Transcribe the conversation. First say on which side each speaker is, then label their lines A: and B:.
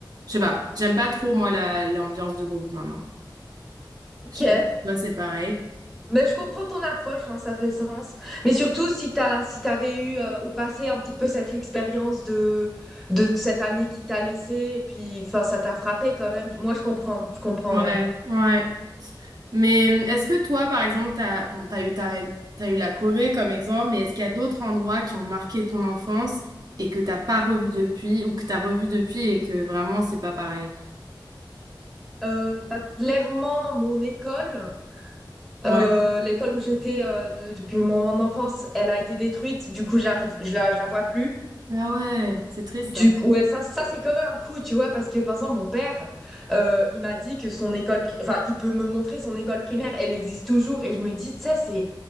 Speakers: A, on the right; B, in the centre.
A: je sais pas, j'aime pas trop, moi, la, l'ambiance de groupe maintenant.
B: ok.
A: Je sais pas si toi, c'est pareil.
B: Mais je comprends ton approche, hein, ça fait sens. Mais surtout, si t'as, si t'avais eu euh, au passé un petit peu cette expérience de, de cet ami qui t'a laissé, et puis enfin, ça t'a frappé quand même. Moi, je comprends, je comprends,
A: Ouais,
B: ouais.
A: ouais. Mais euh, est-ce que toi, par exemple, t'as, bon, t'as eu, ta- t'as eu la Corée comme exemple, mais est-ce qu'il y a d'autres endroits qui ont marqué ton enfance et que t'as pas revu depuis ou que t'as revu depuis et que vraiment c'est pas pareil?
B: Euh, bah, clairement, mon école,
A: Ouais.
B: euh, l'école où j'étais euh, de- depuis mon, mon enfance, elle a été détruite. Du coup, j'arrive, je la, je la vois plus.
A: Ah ouais, c'est triste
B: Du
A: ça.
B: coup, ouais, ça, ça c'est comme un coup, tu vois, parce que par exemple, mon père, euh, il m'a dit que son école pri- enfin, il peut me montrer son école primaire, elle existe toujours, et je me dis, tu sais, c'est,